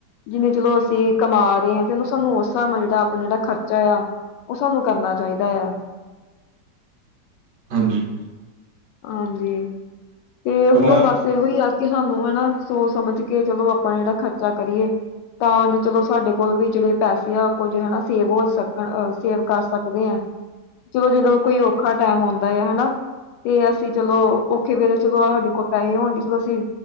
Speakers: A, on the left; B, on the right.
A: ਜਿਵੇਨੇ ਚਲੋ ਅਸੀਂ ਕਮਾ ਰਹੇ ਹਾਂ ਤੇ ਉਹ ਸਾਨੂੰ ਉਸ ਹਿਸਾਬ ਨਾਲ ਜਿਹੜਾ ਆਪਣਾ ਜਿਹੜਾ ਖਰਚਾ ਆ ਉਹ ਸਾਨੂੰ ਕਰਨਾ ਚਾਹੀਦਾ ਆ
B: ਹਾਂਜੀ ਹਾਂਜੀ
A: ਹਾਂਜੀ ਤੇ
B: ਪਹਿਲਾਂ
A: ਹੋਰ ਬਸ ਇਹੋ ਹੀ ਆ ਕੇ ਸਾਨੂੰ ਹਨਾ ਸੋਚ ਸਮਝ ਕੇ ਚਲੋ ਆਪਾਂ ਜਿਹੜਾ ਖਰਚਾ ਕਰੀਏ ਤਾਂ ਚਲੋ ਸਾਡੇ ਕੋਲ ਵੀ ਜਿਹੜੇ ਪੈਸੇ ਆ ਉਹ ਕੁੱਝ ਹਨਾ ਸੇਵ ਹੋ ਸਕਣ ਸੇਵ ਕਰ ਸਕਣ ਦੇ ਆ ਚਲੋ ਜਦੋਂ ਕੋਈ ਔਖਾ ਟਾਈਮ ਆਉਂਦਾ ਆ ਹਨਾ ਤੇ ਅਸੀਂ ਚਲੋ ਔਖੇ ਵੇਲੇ ਚਲੋ ਸਾਡੇ ਕੋਲ ਪੈਸੇ ਹੋਣਗੇ ਚਲੋ ਅਸੀਂ